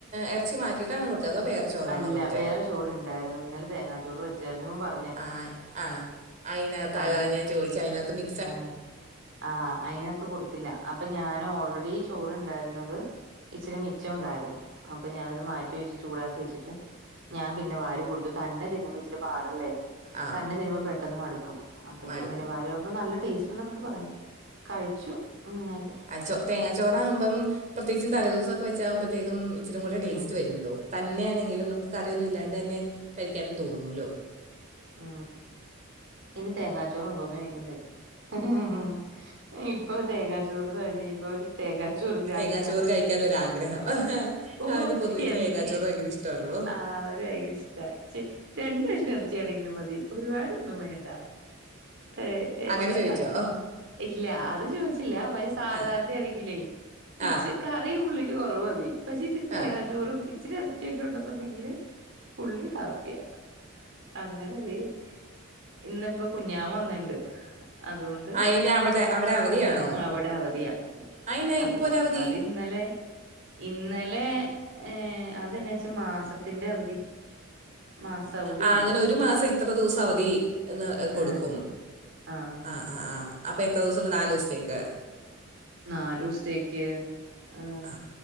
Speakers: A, on the right; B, on the right.
A: ഇറച്ചി മാറ്റിയിട്ടാണ് കൊടുത്തത്തോ അതോ വേറെ ചോറാണോ
B: അല്ല
A: കൊടുത്തത്
B: വേറെ ചോറ് ഇണ്ടായിരുന്നു. ഇന്നലെ തേങ്ങാ ചോറ് വെച്ചായിരുന്നു പറഞ്ഞു.
A: ആഹ ആ അതിനകത്ത്
B: അന്ന്
A: അത ഞാൻ ചോദിച്ചു അതിനകത്ത് മി
B: ആ ആ അയിതിനകത്ത് കൊടുത്തില്ല. അപ്പൊ ഞൻ ഓൾറെഡി ചോറണ്ടായിരുന്നത്. ഇച്ചിരി മിച്ചം ഉണ്ടായിരുന്നു. അപ്പൊ ഞാനത് മാറ്റി <unintelligible> വെച്ച് ചൂടാക്കി വെച്ചിട്ട് ഞാൻ പിന്നെ വാരി കൊടുത്തു. തന്നെ തിന്നുമ്പോ ഇച്ചിരിപാടല്ലേ.
A: ആ
B: തന്നെ തിന്നുമ്പോ പെട്ടെന്ന് മടുക്കും. അപ്പൊ
A: മടുക്കും
B: ഞാൻ പിന്നെ വാരി അപ്പൊ നല്ല ടേസ്റ്റ് ഉണ്ട എന്നൊക്കെ പറഞ്ഞു കഴിച്ചു. അങ്ങ <unintelligible>
A: ആ ചോ തേങ്ങാചോറ ആവുമ്പോ പ്രത്യേകിച്ചും തലദിവസമൊക്കെ വെച്ചാമ്പഴത്തക്കും ഇച്ചരി കൂടെ ടേസ്റ്റ്
B: ഉം
A: വരുമല്ലോ തന്നെയാണെങ്കിലും നമുക്ക് കറിയൊന്നും ഇല്ലാണ്ട് തന്നെ കഴിക്കാനെന്ന് തോന്നൂല്ലോ?
B: മ് ഇനി തേങ്ങാച്ചോറ ഉണ്ടോന്ന് ചോദിക്കണ്ട് <inaudible> ഇപ്പോ തേങ്ങാ ചോറ് <unintelligible> ചോറു പ്രരാന്തന
A: തേങ്ങാച്ചോറ് കഴിക്കാനൊരാഗ്രഹം
B: ഓഹ
A: അവന് പൊതുവേ
B: എന്ന്.
A: തേങ്ങാച്ചോറ് ഭയങ്കര ഇഷ്ടമാണല്ലോ
B: ആഹ ഒരു ഭയങ്കര ഇഷ്ട ച്ച രണ്ടു കഷണം ഇറച്ചിയാണെങ്കിലും മതി ഒരുപാടൊന്നും വേണ്ട. ഏ <unintelligible>
A: അങ്ങനെ ചോദിച്ചോ
B: ഇല്ല അത് ചോദിച്ചില്ല. പക്ഷ സാധാരണയാണെങ്കിലേ
A: ആ
B: ഇച്ച
A: ആ
B: കറി പുള്ളിക്ക് കുറവ് മതി. പക്ഷെ ഇച്ചിരി തേങ്ങാ
A: ആ
B: ചോറും ഇച്ചിരി ഇരച്ചിയൊക്കെ ഉണ്ടെന്നുണ്ടെങ്കില് പുള്ളി ഹാപ്പിയാ. അങ്ങനെ ദേ ഇന്നിപ്പോ കുഞ്ഞാമ വന്നിണ്ട്. അതുകൊണ്ട്
A: ആ എന്നെ അവിടെ അവിടെ അവധിയാണോ
B: അവിടെ അവധിയാ.
A: അതിനാ
B: അള്ളാ
A: ഇപ്പോൾ ഒരവധി
B: അത് ഇന്നലെ ഇന്നലെ ഏ അതെന്നാ വെച്ചാ മാസത്തിന്റെ അവധി. മാസ അവധിയില്ലേ
A: ആ അങ്ങനെ ഒരു മാസം ഇത്ര ദിവസം അവധി. ഒന്ന് കൊടുക്കും
B: ആഹ് ആഹ്
A: ആ ആ ആ അപ്പം എത്ര ദിവസം ആണ് നാല് ദിവസത്തേക്ക്.
B: നാലു ദിവസത്തേക്ക് ഉ
A: ആ